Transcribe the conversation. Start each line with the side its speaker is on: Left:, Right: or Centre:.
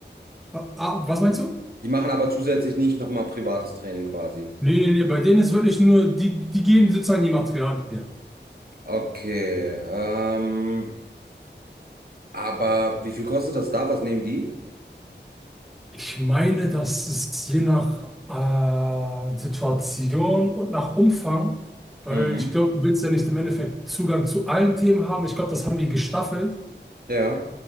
Centre: Ah, ah, was meinst du?
Right: Die machen aber zusätzlich nicht nochmal privates Training quasi.
Centre: Nee, nee, nee, bei denen ist wirklich nur, die, die geben sozusagen die Materialien.
Right: Okay, ähm, aber wie viel kostet das da? Was nehmen die?
Centre: Ich meine, dass es je nach äh, Situation und nach Umfang, weil
Right: Mhm.
Centre: ich glaube, du willst ja nicht im Endeffekt Zugang zu allen Themen haben. Ich glaube, das haben die gestaffelt.
Right: Ja.